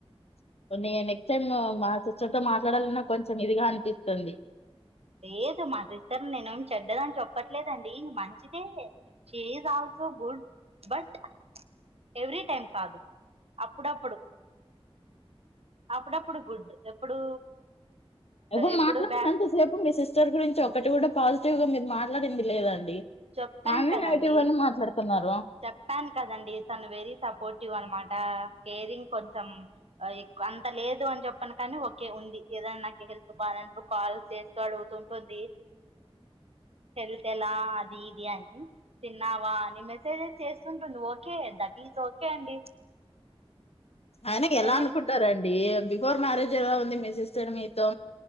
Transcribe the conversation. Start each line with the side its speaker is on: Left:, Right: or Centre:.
Left: నే నెక్స్ట్ టైమ్ మా సిస్టర్ తో మాట్లాడాలన్నా కొంచెం ఇదిగా అనిపిస్తుంది
Right: లేదు మా సిస్టర్ ని నేనేం చెడ్డదని చెప్పట్లేదండి మంచిదే చేదా గుడ్ బట్ ఎవ్రీ టైం కాదు అప్పుడప్పుడు అప్పుడప్పుడు గుడ్ ఎప్పుడు
Left: ఇప్పుడు
Right: ఎప్పుడు
Left: మాట్లాడినంత
Right: బ్యాడ్
Left: సేపు మీ సిస్టర్ గురించి ఒకటి కూడా పాజిటివ్ గా మీరు మాట్లాడింది లేదాండి
Right: చెప్పాను
Left: ఆమె
Right: కదండి
Left: నెగిటివ్ అని మాట్లాడుతున్నారు
Right: చెప్పాను కదండి తను వెరీ సపోర్టివ్ అన్నమా కేరింగ్ కొంచెం ఎక్ అంత లేదు అని చెప్పను కానీ ఓకే ఉంది ఏదన్నా నాకు హెల్త్ బాలేనప్పుడు కాల్ చేస్తూ అడుగుతుంటుంది హెల్త్ ఎలా అది ఇది అని తిన్నావా అని చేస్తుంటుంది ఓకే దట్ ఇస్ ఓకే అండి
Left: ఆయనకి
Right: నేనేం
Left: ఎలా అనుకుంటారండి బిఫోర్ మ్యారేజ్ ఎలా ఉంది మీ సిస్టర్ మీతో